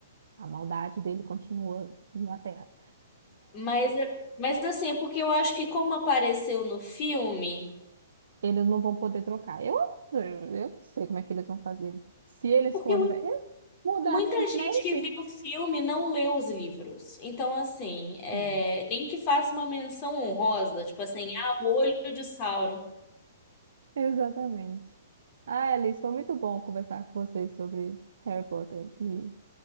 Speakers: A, on the right; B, on the left.
A: a maldade dele continua na Terra.
B: Mas, é- mas assim, é porque eu acho que como apareceu no filme,
A: Eles não vão poder trocar. Eu, eu eu não sei como é que eles vão fazer. Se eles
B: porque
A: forem.
B: mu-
A: Eles mudaram
B: muita
A: o Snape?
B: gente que viu o filme não leu os livros. Então, assim, é,
A: Hum,
B: nem que faça uma menção honrosa, tipo assim, ah, o olho de Sauron.
A: Exatamente. Ah, Alice, foi muito bom conversar com você sobre Harry Potter e